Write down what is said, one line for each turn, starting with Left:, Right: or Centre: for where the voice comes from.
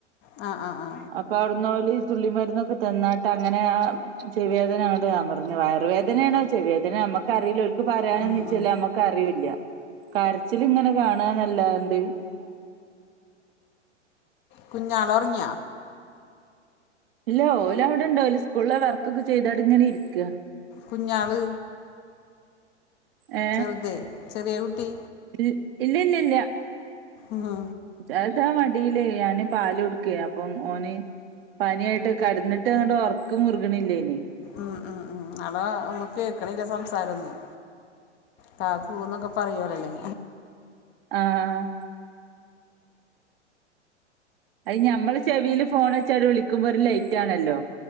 Left: ആ ആ ആ ആ
Right: അപ്പൊ അവിടുന്ന് ഓര് ഈ തുള്ളി മരുന്നൊക്കെ തന്നായിട്ട് അങ്ങനെ ആഹ് ചെവിവേദനയാണ് ഞാൻ പറഞ്ഞു വയറുവേദനയാണോ ചെവി വേദന നമുക്ക് അറിയില്ലോ ഇവർക്ക് പറയാനോ
Left: ഉം,
Right: ചില
Left: ഉം.
Right: നമ്മക്ക് അറിയില്ല കരച്ചിലിങ്ങനെ കാണാന്നല്ലാണ്ട്
Left: കുഞ്ഞാള് ഉറങ്ങിയ
Right: ഇല്ല ഓല് അവിടെ ഉണ്ട് ഓല് സ്കൂളില വർക്കൊക്കെ ചെയ്ത് അവിടെ അങ്ങനെ ഇരിക്കാ
Left: കുഞ്ഞാള്
Right: ഏ
Left: ചെറുതെ ചെറിയ കുട്ടി
Right: ഇ ഇല്ല ഇല്ല ഇല്ലാ
Left: ആഹ്
Right: അതാ മടിയിലേൽ ഞാന് പാല് കൊടുക്കയാ അപ്പം ഓന് പനിയായിട്ട് കിടന്നിട്ട് അങ്ങട്ട് ഉറക്കം മുറുകണില്ലേനെ
Left: ആഹ് ആഹ് അതാ നമുക്ക് കേക്കണില്ല സംസാരം ഒന്നും കാ ക്കൂന്നൊക്കെ പറയൂലല്ലേ
Right: ആഹ് അത് ഞമ്മള് ചെവിയിൽ ഫോൺ വെച്ചാല് വിളിക്കുമ്പോ ഒരു ലൈറ്റ് ആണല്ലോ